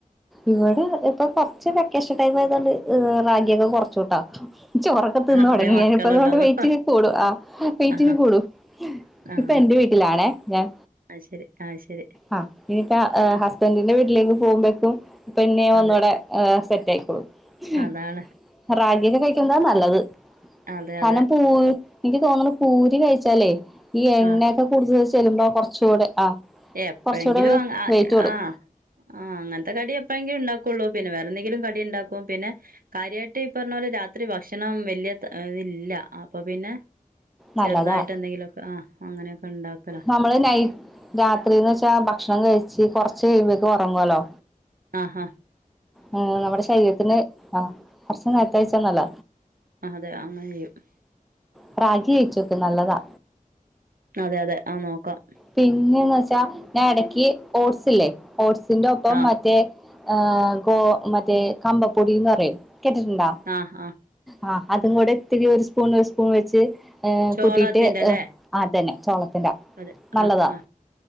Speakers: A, in the centre; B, on the right (about 80°).
A: ഇവടെ ഇപ്പൊ കൊർച് വെക്കേഷൻ ടൈമായത് കൊണ്ട് റാഗി ഒക്കെ കൊറച്ചൂട്ടോ ചോറൊക്കെ തിന്നു
B: അതെ
A: തുടങ്ങി <unintelligible>
B: മക്കളുള്ളതോ
A: അതുകൊണ്ട് വെയ്റ്റിനി കൂടും ആ വെയ്റ്റിനി
B: ആ
A: കൂടും
B: ആ ആ
A: ഇപ്പ എന്റെ വീട്ടിലാണേ ഞാൻ
B: അത് ശരി അത് ശരി
A: ആ ഇനിയിക്ക
B: ആ
A: ഹസ്ബൻഡിന്റെ വീട്ടിലേക്ക് പോകുമ്പേക്കും പിന്നെയും
B: അതെ
A: ഒന്നൂടെ സെറ്റ് ആയി <unintelligible>
B: അതാണ്
A: റാഗിയക്കെ കഴിക്കുന്താ നല്ലത്
B: അതെ
A: കനം
B: അതെ
A: പൂ എനിക്ക് തോന്നുണു പൂരി കഴിച്ചാലേ ഈ എണ്ണയൊക്കെ
B: ആ
A: കുടുത ചെല്ലുമ്പോ കുറച്ചുകൂടെ ആ
B: എപ്പോഴെങ്കിലും
A: കൊറച്ചുകൂടെ
B: ആ
A: വെയിറ്റ് കൂടും
B: ആ അങ്ങൻ <unintelligible> കടി എപ്പോഴെങ്കിലും ഉണ്ടാക്കുള്ളൂ പിന്നെ വേറെ എന്തെങ്കിലും കടി ഉണ്ടാക്കും പിന്നെ കാര്യയിട്ട് ഈ പറഞ്ഞ പോലെ രാത്രി ഭക്ഷണം വലിയ ഇല്ല അപ്പൊ പിന്നെ
A: നല്ലതാ
B: ചെറുതായിട്ട് എന്തെങ്കിലുമൊക്കെ ആ അങ്ങനെയൊക്കെ ഉണ്ടാക്കല
A: നമ്മള് നൈ രാത്രിന്ന് വെച്ചാ ഭക്ഷണം കഴിച്ച് കൊറച്ചു കഴിയുമ്പോക്ക ഉറങ്ങല്ലോ
B: ആ ഹ
A: ഉം നമ്മുടെ ശരീരത്തിന് ആ കുറച്ച നേരത്തെ കഴിച്ച നല്ല
B: ആ അതെ അങ്ങനെ ചെയ്യും
A: പ്രാജി അയിച്ചോക്ക് നല്ലതാ
B: അതെ അതെ ആ നോക്കാം
A: പിന്നെന്ന് വെച്ചാ ഞാൻ ഇടക്ക് ഓട്സ് ഇല്ലേ ഓട്സ് ഇതിന്റഒപ്പം
B: ആ
A: മറ്റെ ആ ഗോ മറ്റേ കമ്പപ്പൊടീന്ന് പറയും കേട്ടിട്ടുണ്ടാ
B: ആ ആ
A: ആ അതും കൂടെ ഇത്തിരി ഒരു സ്പൂൺ ഒരു സ്പൂൺ വെച്ച് ഏഹ്
B: ചോളത്തിന്റെല്ലേ
A: കൂട്ടിയിട്ട് ആതന്നെ ചോളത്തിന്റെ
B: അതെ
A: നല്ലതാ
B: ആ ആ